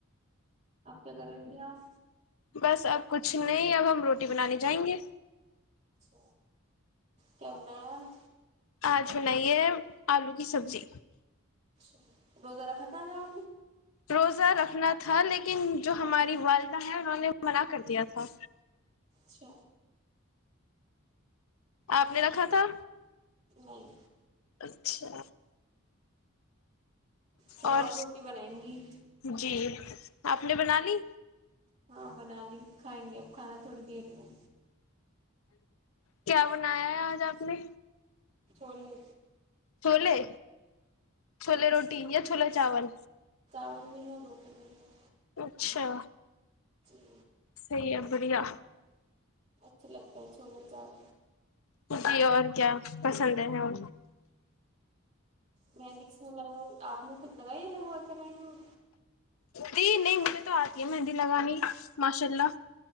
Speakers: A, on the right; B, on the left.
A: آپ کیا کر رہے تھے آپ
B: بس اب کچھ نہیں اب ہم روٹی بنانے جائیں گے
A: اچھا کیا بنایاج
B: آج بنائیے آلو کی سبزی
A: اچ روزارا خھطا جاب
B: روزہ رکھنا تھا لیکن جو ہماری والدہ ہیں انہوں نے منع کر دیا تھا
A: چھ
B: آپ نے رکھا تھا
A: نہیں
B: اچھا
A: تو
B: اور
A: آپ روٹی بنائیں گی
B: جی آپ نے بنا لی
A: ہاں بنا لی کھائیں گے اب کھانا تھوڑی دیر میں
B: کیا بنایا ہے آج آپ نے
A: چوولو
B: چھوولے چھوولے روٹییا چھلا چاول
A: چاول بھی ہے روٹی بھی ہے
B: اچھا
A: جی
B: سحی ہے بڑھیا
A: اچھے لگتے ہیں چھونے جاے
B: جی اور کیا پسند ہے ہیں وہ
A: مینڈکس میں لگوائی آپ نے خود لگائی لگوا کر آائی ہوں
B: جی نہیں مجھے تو آتی ہے مہندی لگانی ماشاء اللہ